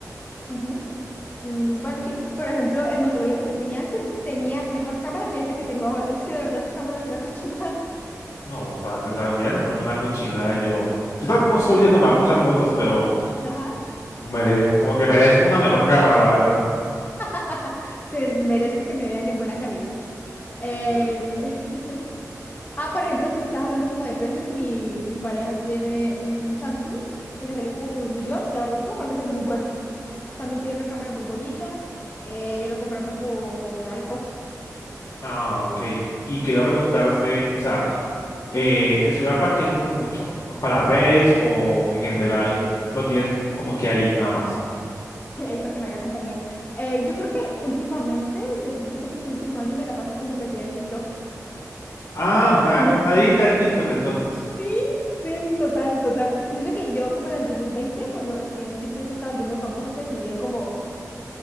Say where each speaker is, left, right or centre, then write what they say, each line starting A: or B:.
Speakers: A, on the left (about 30°); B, on the left (about 75°).
A: Uh -huh. Mm, Bueno, sí, por ejemplo, el Motorola que yo tenía antes tenía mejor cámara que este que tengo ahora. Es que de verdad esta cámara es una cochinada.
B: No, padre, la mierda, porque una cochinada. Yo, yo tampoco soy
A: <laughs> Es
B: de
A: que
B: tomar muchas fotos, pero
A: Ajá.
B: mere- como que merezco una mejor cámara, la verdad.
A: <laughs> Que merezco que me vean en buena calidad. Eh,
B: Literalmente.
A: <laughs> Ah, por ejemplo, si estás hablando como de precios, mi, mi pareja tiene un Samsung que le salió como por un millón. La verdad es que me parece que es muy bueno. También tiene una cámara muy bonita. eh, lo compramos por al costo,
B: Ah, ok. Y quería preguntarte, o sea, eh, ¿el celular para qué lo usas mucho? ¿Para redes o en general lo tienes como que ahí, nada más?
A: <laughs> ahí para que me haga compañía. Eh, yo creo que últimamente, del- yo creo que este último año me la paso es como metida en TikTok.
B: Ah, una,
A: Un, mo-
B: una adicta al TikTok entonces.
A: Sí, sí, total, total. Y eso que yo, como en el 2020, cuando recién TikTok se estaba volviendo famoso, que subían como eh,